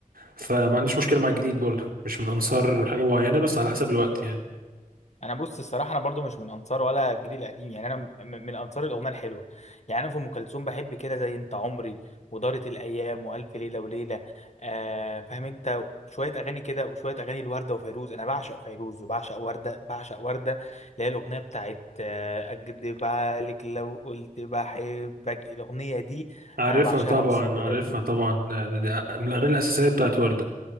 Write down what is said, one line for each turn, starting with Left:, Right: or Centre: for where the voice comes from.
Right: فما عنديش مشكلة مع الجديد برضو مش من انصار حاجة معينة بس على حسب الوقت يعني
Left: انا بص الصراحه انا برضو مش من انصار ولا الجيل القديم يعني انا م- من انصار الاغنيه الحلوه يعني انا في ام كلثوم بحب كده زي انت عمري ودارت الايام والف ليله وليله آه فاهم انت شويه اغاني كده وشويه اغاني الورده وفيروز انا بعشق فيروز وبعشق ورده بعشق ورده اللي هي الاغنيه بتاعت آه اكدب عليك لو قلت بحبك الاغنيه دي
Right: عارفها
Left: انا بعشقها
Right: طبعا
Left: اقصر بجد
Right: عارفها طبعا ده- ده- ده من الأغاني الأساسية بتاعت وردة